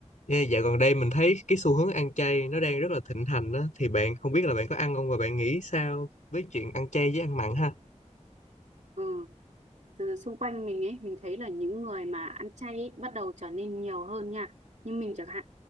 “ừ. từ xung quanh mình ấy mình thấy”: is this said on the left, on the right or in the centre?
Right